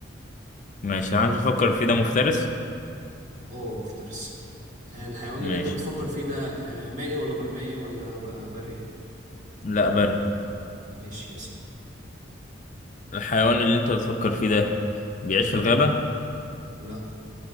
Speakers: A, on the left (about 40°); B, on the right (about 40°).
A: ماشي الحيوان اللي بتفكر فيه ده مفترس
B: اه مفترس آه، الحيوان
A: ماشي
B: اللي انت بتفكر فيه ده آه، مائي ولا برمائي ولا ب- بري
A: لا بر
B: ماشي اسأل
A: الحيوان اللي انت بتفكر فيه ده بيعيش في الغابه
B: لا